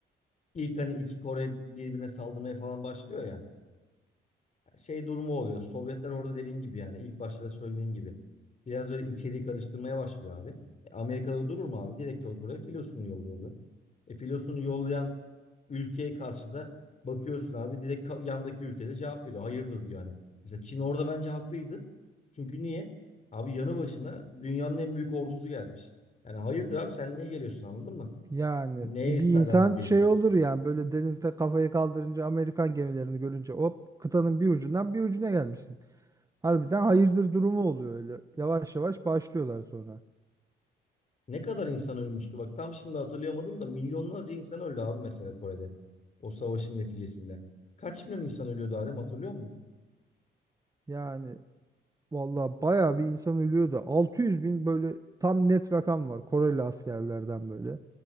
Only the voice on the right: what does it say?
Yani
bir
insan
şey olur yani böyle denizde kafayı kaldırınca Amerikan gemilerini görünce hop kıtanın bir ucundan bir ucuna gelmişsin. Harbiden hayırdır durumu oluyor öyle. Yavaş yavaş başlıyorlar sonra.
Yani valla bayağı bir insan ölüyor da 600 bin böyle tam net rakam var Koreli askerlerden böyle.